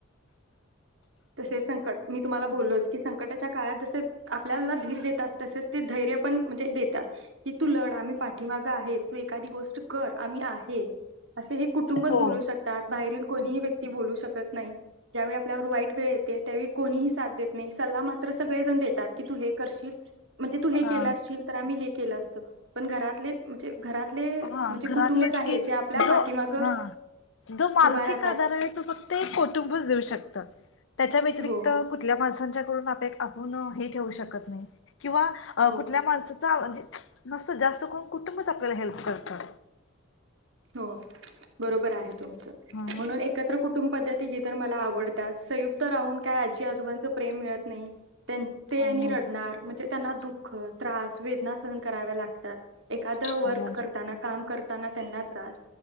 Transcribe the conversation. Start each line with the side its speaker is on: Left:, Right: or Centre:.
Right: तसे संकट, मी तुम्हाला बोललोच की संकटाच्या काळात जसं आपल्याला धीर देतात तसेच ते धैर्य पण म्हणजे देतात की तू लढ आम्ही पाठीमागं आहे तू एखादी गोष्ट कर आम्ही आहे असं हे कुटुंबच
Left: हो
Right: बोलू शकतात बाहेरील कोणीही व्यक्ती बोलू शकत नाही, ज्यावेळी आपल्यावर वाईट वेळ येते त्यावेळी कोणीही साथ देत नाही सल्ला मात्र सगळे जण देतात की तू हे करशील म्हणजे तू हे
Left: हा
Right: के असशील तर आम्ही हे केलं असत पण घरातले म्हणजे घरातले
Left: घरातले
Right: म्हणजे कुटुंबच
Left: की
Right: आहे जे आपल्या
Left: जो
Right: पाठीमाग
Left: हं जो मानसिक
Right: उभा राहतात
Left: आधार आहे तो फक्त एक कुटुंबच देऊ शकतं त्याच्या व्यतिरिक्त
Right: हो
Left: कुठल्या मज् संच्याकडून अपेक हून ही ठेवू शकत नाही. किंवा अ
Right: हो
Left: कुठल्या माणसा का म्हणजे, नुस्तं जास्त करून कुटुंबच आपल्याला हेल्प करतं.
Right: हो, बरोबर आहे तुमचं,
Left: हा
Right: म्हणून एकत्र कुटुंब पद्धती ही तर मला आवडताच, संयुक्त राहून काय आजी आजोबांच प्रेम मिळत नाही, तेन ते
Left: हो
Right: आणि रडणार
Left: हो
Right: म्हणजे त्यांना दुःख, त्रास, वेदना सहन कराव्या लागतात, एखादं वर्क
Left: हो
Right: करताना, काम करताना त्यांना त्रास,